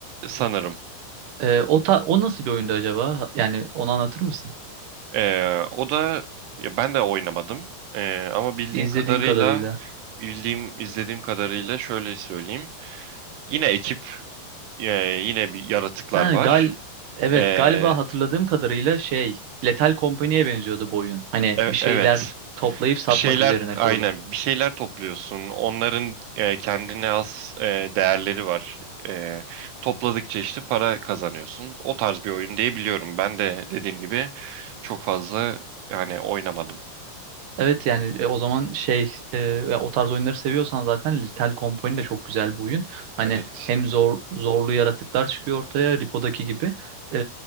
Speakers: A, on the right; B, on the right.
A: sanırım.
B: E, o ta- o nasıl bir oyundu acaba? Yani onu anlatır mısın?
A: E, o da ya ben de oynamadım. E, ama bildiğim
B: İzlediğin
A: kadarıyla
B: kadarıyla.
A: bildiğim izlediğim kadarıyla şöyle söyleyeyim. Yine ekip e, yine bir yaratıklar
B: Ha,
A: var.
B: gal evet
A: E,
B: galiba hatırladığım kadarıyla şey Lethal Company'ye benziyordu bu oyun. Hani
A: e-
B: bir şeyler
A: evet.
B: toplayıp satmak
A: Bir şeyler
B: üzerine
A: aynen
B: kurulu.
A: bir şeyler topluyorsun. Onların e, kendine has e, değerleri var. E, topladıkça işte para kazanıyorsun. O tarz bir oyun diye biliyorum. Ben de dediğim gibi çok fazla yani oynamadım.
B: Evet yani e, o zaman şey e, ya o tarz oyunları seviyorsan zaten Lethal Company de çok güzel bir oyun. Hani
A: Evet.
B: hem zor zorlu yaratıklar çıkıyor ortaya Lipo'daki gibi E,